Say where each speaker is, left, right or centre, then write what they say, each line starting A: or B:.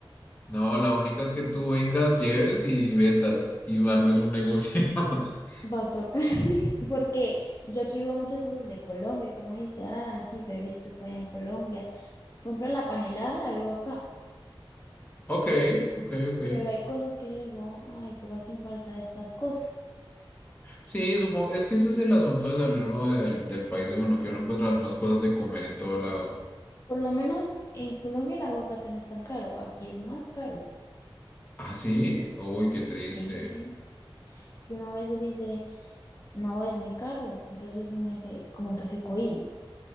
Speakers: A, on the left; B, on the left.
A: No, la única es que tú vengas, lleves y vendas y armes un negocio. <laughs>
B: Va a tocar, <laughs> porque yo aquí veo muchas cosas de Colombia, que uno dice, ah, sí, yo he visto eso allá en Colombia. Por ejemplo, la panelada la veo acá,
A: Ok, ok, ok.
B: pero hay cosas que yo digo, ay, pero hacen falta estas cosas.
A: Sí, supongo, es que ese es el asunto de salir uno del, del país de uno, que uno encuentra las mismas cosas de comer en todo lado.
B: Por lo menos en Colombia el aguacate no es tan caro, aquí es más caro.
A: Ah, sí, uy,
B: Sí,
A: qué triste.
B: que uno a veces dice, no, es muy caro, entonces uno dice, como que se cohíbe.